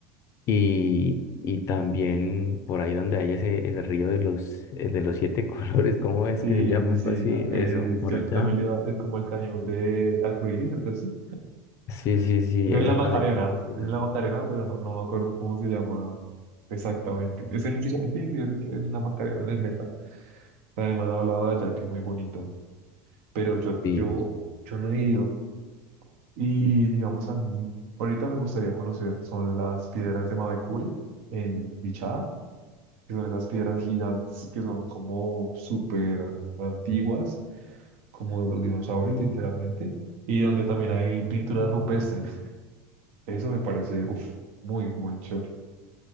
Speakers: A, on the left; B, on the right.
A: y, y también por ahí donde hay ese, el río de los, eh, de los siete <laughs> colores, ¿cómo es
B: sí,
A: que se llama?
B: sí, sí.
A: Algo así,
B: ah, eh,
A: eso, por
B: yo
A: allá.
B: también le iba, es como el cañón de Arcoíris, algo así.
A: Sí, sí, sí,
B: Es en
A: ese
B: la Macarena,
A: también es muy popular.
B: es en la Macarena, pero no, no me acuerdo cómo se llama exactamente. Es en, Villa- sí, es en la Macarena, en el Meta. Además, han hablado de allá, que es muy bonito, pero yo,
A: Sí.
B: yo, yo no he ido. Y digamos a mí, ahorita me gustaría conocer, son las piedras de Mavecure en Bichada, que son esas piedras gigantes que son como súper antiguas, como de los dinosaurios literalmente, y donde también hay pinturas rupestres. Eso me parece, uf, muy, muy chévere.